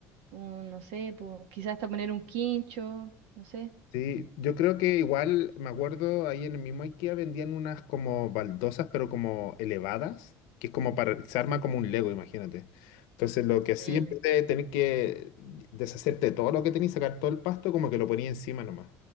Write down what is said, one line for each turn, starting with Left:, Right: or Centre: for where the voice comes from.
Right: un, no sé, po, quizás hasta poner un quincho, no sé.
Left: Sí, yo creo que igual, me acuerdo, ahí en el mismo IKEA vendían unas como baldosas, pero como elevadas, que es como para, se arma como un Lego, imagínate. Entonces lo que hacía,
Right: Mm,
Left: en vez de tener que deshacerte de todo lo que tenías, sacar todo el pasto, como que lo ponía encima nomás,